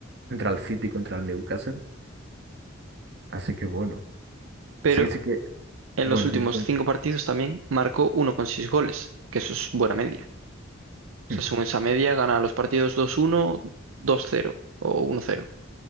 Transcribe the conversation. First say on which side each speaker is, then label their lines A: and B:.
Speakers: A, on the right; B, on the right.
A: contra el City, contra el Newcastle. Así que bueno,
B: Pero
A: sí, sí que,
B: en
A: bueno,
B: los últimos
A: ten en cuenta.
B: cinco partidos también marcó 1,6 goles, que eso es buena media. O
A: Mm,
B: sea, según esa media, gana los partidos 2-1, 2-0 o 1-0.